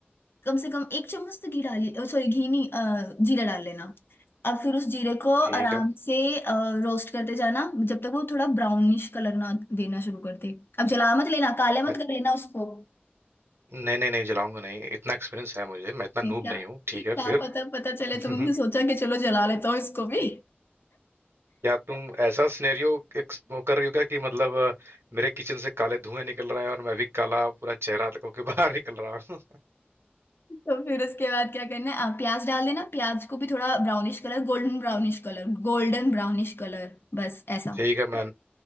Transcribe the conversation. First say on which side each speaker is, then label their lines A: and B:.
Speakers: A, on the left; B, on the right.
A: कम से कम एक चम्मच तो घी डाली सॉरी घी नहीं अ, जीरा डाल लेना अब फिर उस जीरे को
B: ठीक
A: आराम
B: है
A: से रोस्ट करते जाना जब तक वो थोड़ा ब्राउनिश कलर ना देना शुरू कर दे अब जला मत लेना काले
B: अच्छ-
A: मत कर लेना उसको
B: नहीं नहीं नहीं जलाऊंगा नहीं इतना एक्सपीरियंस है मुझे मैं इतना नूब
A: ये क्या
B: नहीं हूँ ठीक
A: क्या
B: है फिर
A: पता पता चले
B: <laughs>
A: तुमने सोचा कि चलो जला लेता हूँ इसको भी
B: क्या तुम ऐसा सिनेरियो वो कर रही हो क्या कि मतलब अ, मेरे किचन से काले धुएं निकल रहा है और मैं भी काला पूरा चेहरा होके <laughs> बाहर निकल रहा हूँ
A: तो फिर उसके बाद क्या करना है आप प्याज डाल देना प्याज को भी थोड़ा brownish colour golden brownish colour golden brownish colour बस ऐसा
B: ठीक है मैं